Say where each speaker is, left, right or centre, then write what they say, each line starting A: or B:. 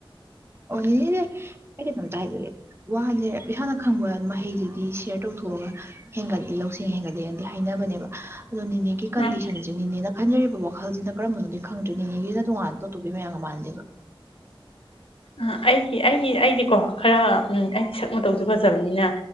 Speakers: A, on the right; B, on the left.
A: ꯑꯣ ꯅꯤꯅꯦꯖꯦ ꯑꯩ ꯀꯩꯅꯣꯝꯇ ꯍꯥꯏꯖꯒꯦ ꯋꯥꯖꯦ ꯏꯁꯥꯅ ꯈꯪꯕ ꯃꯍꯩꯖꯤꯗꯤ ꯁꯦꯌꯔ ꯇꯧ ꯂꯧꯊꯣꯛꯑꯒ ꯍꯦꯟꯒꯠꯂꯤ ꯂꯧꯁꯤꯡ ꯍꯦꯟꯒꯠꯂꯤꯅꯗꯤ ꯍꯥꯏꯅꯕꯅꯦꯕ ꯑꯗꯣ ꯅꯤꯅꯦꯒꯤ ꯀꯟꯗꯤꯁꯟꯖꯤ
B: ꯑ
A: ꯅꯤꯅꯦꯅ ꯈꯟꯖꯔꯤꯕ ꯋꯥꯈꯜꯖꯤꯅ ꯀꯔꯝꯕꯅꯣꯗꯤ ꯈꯪꯗ꯭ꯔꯦ ꯅꯤꯅꯦꯒꯤꯖꯤꯅ ꯇꯣꯉꯥꯟꯕ ꯇꯣꯇꯣꯞꯄꯤ ꯃꯌꯥꯝꯒ ꯃꯥꯟꯅꯗꯦꯕ
B: ꯑ ꯑꯩꯒꯤ ꯑꯩꯒꯤ ꯑꯩꯗꯤꯀꯣ ꯈꯔ ꯎꯝ ꯑꯩꯗꯤ ꯁꯛ ꯃꯇꯧꯖꯨ ꯐꯖꯕꯅꯤꯅ